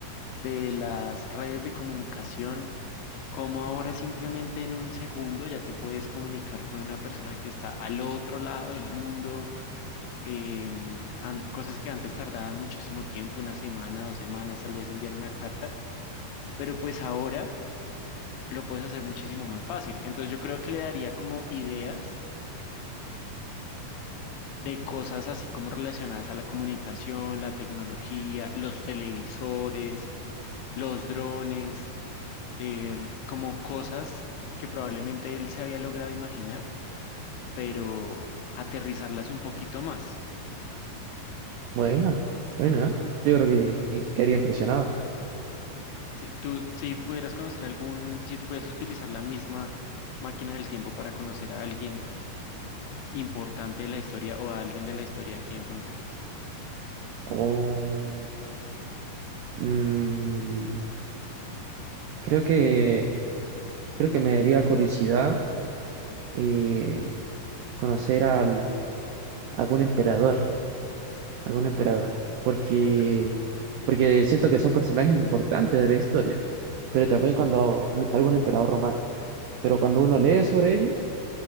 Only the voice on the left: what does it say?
de las redes de comunicación, como ahora simplemente en un segundo ya te puedes comunicar con una persona que está al otro lado del mundo, em, an- cosas que antes tardaban muchísimo tiempo, una semana, dos semanas, tal vez enviar una carta, pero pues ahora lo puedes hacer muchísimo más fácil. Entonces yo creo que le daría como ideas de cosas así como relacionadas a la comunicación, la tecnología, los televisores, los drones, em, como cosas que probablemente él se había logrado imaginar, pero aterrizarlas un poquito más.
Si tú, si pudieras conocer algún, si pudieras utilizar la misma máquina del tiempo para conocer a alguien importante de la historia o a alguien de la historia, ¿a quién conocerías?
Empe-